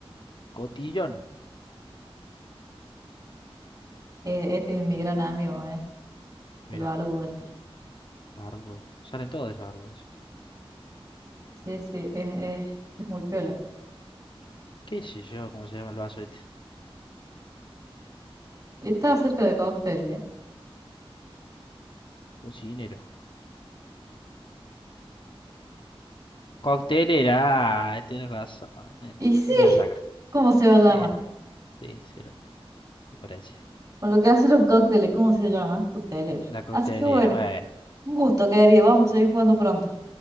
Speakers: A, on the left (about 55°); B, on the right (about 40°).
A: Cotillón.
B: Eh, Este es mi gran amigo, ¿eh?
A: Mira,
B: El baludo este.
A: barbudos. Salen todos esos barbudos.
B: Sí, sí, es, es, es muy piola.
A: ¿Qué sé yo cómo se llama el vaso este?
B: Está cerca de cócteles, ¿eh?
A: Cocinero. Coctelera. Ah, tienes razón. eh,
B: Y sí,
A: Le vas acá.
B: ¿cómo se llama?
A: Era, sí, sí, era, me parece.
B: Con lo que hace los cócteles, ¿cómo se llama? Coctelero.
A: La coctelera.
B: Así que bueno.
A: Bueno,
B: Un gusto, querido. Vamos a seguir jugando pronto.